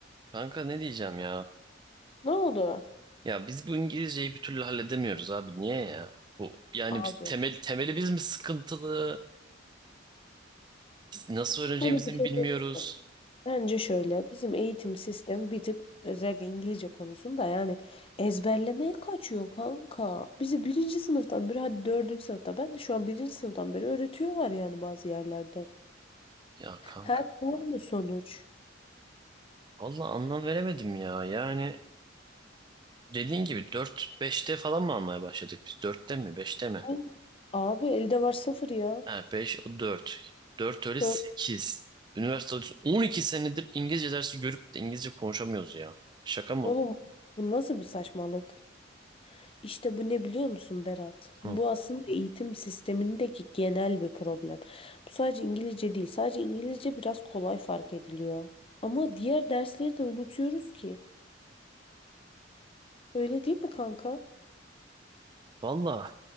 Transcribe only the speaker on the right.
Kanka ne diyeceğim ya?
Ya biz bu İngilizceyi bir türlü halledemiyoruz abi. Niye ya? Bu yani
biz temel temelimiz mi sıkıntılı? Biz nasıl öğreneceğimizi
mi
bilmiyoruz?
Ya kanka
valla anlam veremedim ya. Yani dediğin gibi dört beşte falan mı almaya başladık biz? dörtte mi beşte mi?
Ha 5 o 4 4 öyle
sekiz Üniversitede 12 senedir İngilizce dersi görüp de İngilizce konuşamıyoruz ya. Şaka mı?
Hı.
Valla